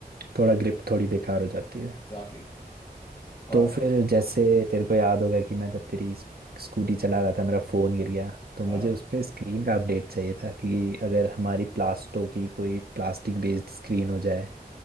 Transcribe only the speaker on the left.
Exactly exactly.
और
अ,